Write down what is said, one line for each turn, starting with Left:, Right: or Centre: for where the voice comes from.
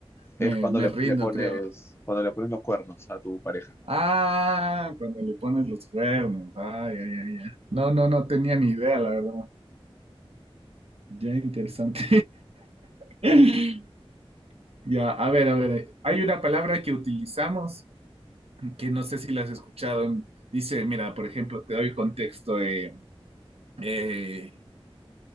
Right: Me,
Left: Es cuando
Right: me
Left: le,
Right: rindo,
Left: le pones,
Right: creo.
Left: cuando le pones los cuernos a tu pareja.
Right: Ah, cuando le pones los cuernos. Ay, ay, ay, ay. No, no, no tenía ni idea, la verdad. Ya interesante. <laughs> Ya, a ver, a ver. Hay una palabra que utilizamos que no sé si la has escuchado. Dice, mira, por ejemplo, te doy contexto. eh, eh,